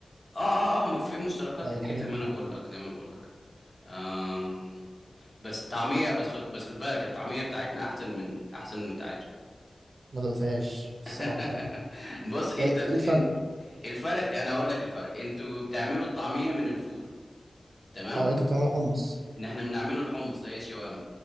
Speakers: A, on the left (about 40°); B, on the right (about 80°).
A: اه اه اه ما في مشتركات
B: آه،
A: كتير
B: الحاجات
A: زي ما
B: دي
A: انا بقول لك زي ما بقول لك آم... بس الطعمية بس خد بس خد بالك الطعمية بتاعتنا احسن من احسن من بتاعتكم
B: ما دقتهاش الصراحه
A: <laughs>
B: يعني
A: بص انت
B: ف- ايه
A: ال...
B: الفرق
A: ان- الفرق انا اقول لك الفرق انتوا بتعملوا الطعمية من الفول تمام
B: اه انتوا بتعملوا حمص
A: ان احنا بنعمله الحمص زي الشوام